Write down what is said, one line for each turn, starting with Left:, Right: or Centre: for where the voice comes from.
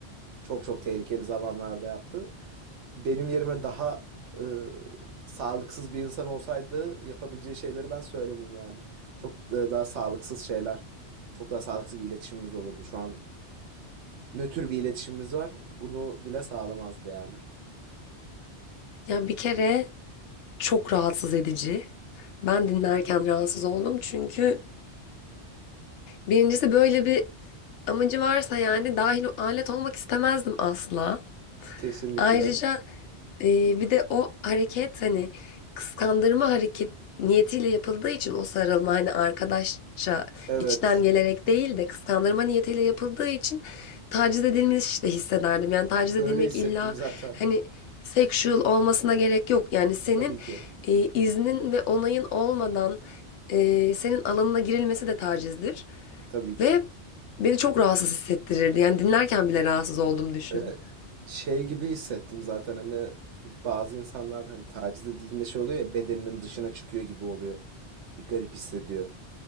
Right: Çok çok tehlikeli zamanlarda yaptı. Benim yerime daha e, sağlıksız bir insan olsaydı yapabileceği şeyleri ben söylemeyeyim yani. Çok da- daha sağlıksız şeyler, çok daha sağlıksız bir iletişimimiz olurdu. Şu an nötr bir iletişimimiz var. Bunu bile sağlamazdı yani.
Left: Ya bir kere çok rahatsız edici. Ben dinlerken rahatsız oldum çünkü birincisi böyle bir amacı varsa yani dahil alet olmak istemezdim asla.
Right: Kesinlikle.
Left: Ayrıca e, bir de o hareket hani kıskandırma hareket niyetiyle yapıldığı için o sarılma hani arkadaşça
Right: Evet.
Left: içten gelerek değil de kıskandırma niyetiyle yapıldığı için taciz edilmiş de hissederdim. Yani taciz
Right: Öyle
Left: edilmek
Right: hissettim
Left: illa
Right: zaten.
Left: hani sexual olmasına gerek yok. Yani senin
Right: Tabii ki.
Left: e, iznin ve onayın olmadan e, senin alanına girilmesi de tacizdir.
Right: Tabii ki.
Left: Ve beni çok rahatsız hissettirirdi. Yani dinlerken bile rahatsız oldum düşün.
Right: e, şey gibi hissettim zaten hani bazı insanlar hani taciz edildiğinde şey oluyor ya bedeninin dışına çıkıyor gibi oluyor. Bir garip hissediyor.